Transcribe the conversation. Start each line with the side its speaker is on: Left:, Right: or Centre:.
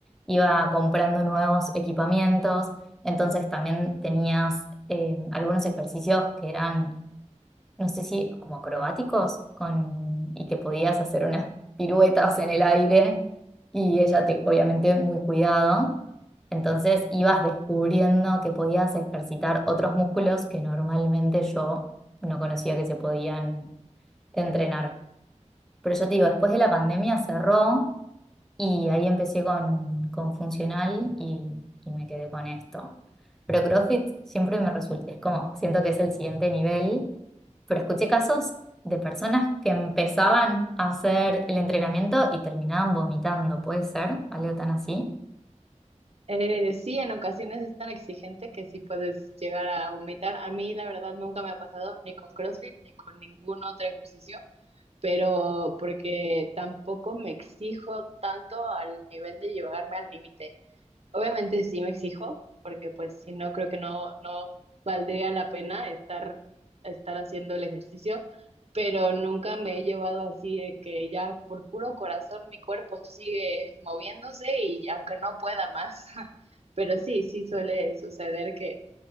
Centre: iba comprando nuevos equipamientos, entonces también tenías eh, algunos ejercicios que eran no sé si como acrobáticos, con, y que podías hacer unas piruetas en el aire y ella te, obviamente muy cuidado. Entonces ibas descubriendo que podías ejercitar otros músculos que normalmente yo no conocía que se podían entrenar. Pero yo te digo, después de la pandemia cerró y ahí empecé con, con funcional y, y me quedé con esto. Pero CrossFit siempre me resulta, es como, siento que es el siguiente nivel pero escuché casos de personas que empezaban a hacer el entrenamiento y terminaban vomitando, ¿puede ser? ¿Algo tan así?
Right: Eh, sí, en ocasiones es tan exigente que sí puedes llegar a vomitar. A mí la verdad nunca me ha pasado ni con CrossFit ni con ningún otro ejercicio, pero porque tampoco me exijo tanto al nivel de llevarme al límite. Obviamente sí me exijo, porque pues si no, creo que no, no valdría la pena estar, estar haciendo el ejercicio, pero nunca me he llevado así de que ya por puro corazón mi cuerpo sigue moviéndose y aunque no pueda más, <laughs> pero sí, sí suele suceder que